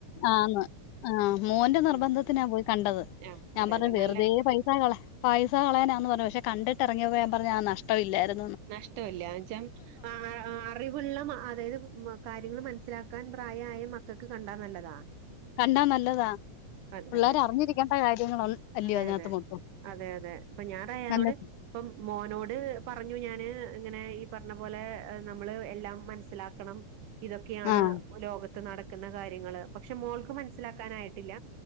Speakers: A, on the left; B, on the right.
A: ആന്ന് ആ മോൻ്റെ നിർബന്ധത്തിനാ
B: ഉം.
A: പോയി കണ്ടത്
B: ആഹ്
A: ഞാൻ
B: അതെ
A: പറഞ്ഞു
B: അതെ
A: വെറുതെ
B: നല്ല
A: പൈസ കള പൈസ കളയാനാന്ന് പറഞ്ഞു പക്ഷേ കിട്ട ഇറങ്ങിപ്പോ ഞാൻ പറഞ്ഞ ആ നഷ്ട ഇല്ലാരുന്ന്
B: നഷ്ടവില്ല എന്ന്വെച്ച അ അറിവുള്ള മ അതായത് കാര്യങ്ങള് മന സ്സിലാക്കാൻ പ്രായായ മക്കക്ക് കണ്ടാ നല്ലതാ
A: കണ്ടാ നല്ലതാ
B: അതെ
A: പിള്ളേര്
B: അതെ
A: അറിഞ്ഞിരിക്കേണ്ട കാര്യങ്ങള അല്ലയോ
B: അതെ
A: അതിനകത്ത്
B: അതെ
A: മൊത്തം
B: അതെ അതെ അപ്പൊ ഞാൻ റയ്യാനോട്
A: നല്ല
B: ഇപ്പം മോനോട് പറഞ്ഞു ഞാൻ ഇതില് ഇങ്ങനെ ഈ പറഞ്ഞ പോലെ നമ്മള് എല്ലാം മനസ്സിലാക്കണം ഇതൊക്കെയാണ്
A: ആഹ്
B: ലോകത്ത് നടക്കുന്ന കാര്യങ്ങള് പക്ഷെ മോൾക്ക് മനസ്സിലാക്കാനായിട്ടില്ല